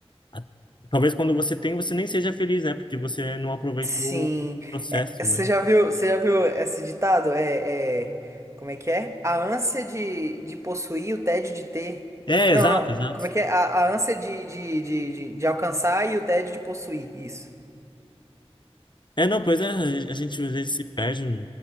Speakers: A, on the left; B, on the right.
A: a- Talvez quando você tem, você nem seja feliz, né? Porque você não aproveitou
B: Sim.
A: o processo,
B: É, você
A: né?
B: já viu, você já viu esse ditado? É, é, como é que é? A ânsia de, de possuir, o tédio de ter.
A: É,
B: Não,
A: exato,
B: não.
A: exato.
B: Como é que é? A, a ânsia de, de, de, de, de alcançar e o tédio de possuir. Isso.
A: É, não, pois é, a gente às vezes se perde